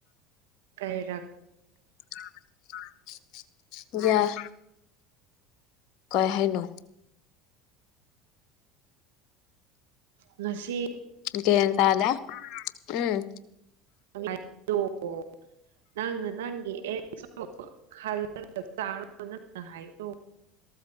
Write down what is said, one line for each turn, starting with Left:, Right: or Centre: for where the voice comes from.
Right: ꯀꯩꯔꯛ
Left: <unintelligible> ꯌꯥꯏ ꯀꯩ ꯍꯥꯏꯅꯣ?
Right: ꯉꯁꯤ
Left: ꯒ꯭ꯌꯥꯟ ꯇꯥꯗꯦ ꯎꯝ
Right: <unintelligible> ꯅꯪꯅ ꯅꯪꯒꯤ ꯑꯦꯛꯁ ꯈꯜꯂꯒ ꯆꯥꯔꯣ ꯅꯪꯅ ꯍꯥꯏꯗꯣ